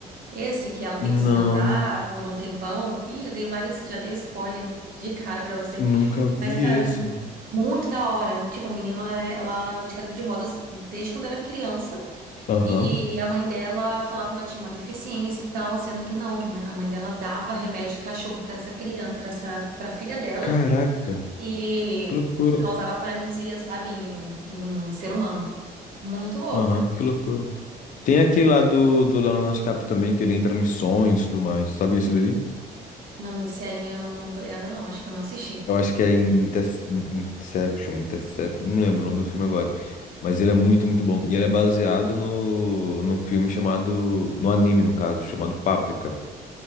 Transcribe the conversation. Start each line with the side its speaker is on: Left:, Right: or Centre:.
Right: Esse que ela fica
Left: Não,
Right: sem andar por um tempão. Ih, já dei vários, já dei spoiler de cara pra você.
Left: nunca vi
Right: Mas, cara,
Left: esse.
Right: muito da hora. Tipo, a menina, ela é- ela anda de cadeira de rodas desde quando era criança.
Left: Aham.
Right: E a mãe dela falava que ela tinha uma deficiência e tal, sendo que não, que a mãe, a mãe dela dava remédio de cachorro pra essa criança, para essa, para filha dela.
Left: Caraca,
Right: E
Left: que loucura.
Right: causava paralisia, sabe, em, em ser humano. Muito louco,
Left: Aham,
Right: cara.
Left: que loucura. Tem aquele lá do, do Leonardo DiCaprio também, que ele entra nos sonhos e tudo mais. Sabe isso daí?
Right: Não, esse aí eu não, não tô ligada, não. Acho que eu não assisti.
Left: Eu acho que é em Inter- In- Inception, Intercept, não lembro o nome do filme agora. Mas ele é muito, muito bom. E ele é baseado no, num filme chamado. No anime, no caso, chamado Paprika.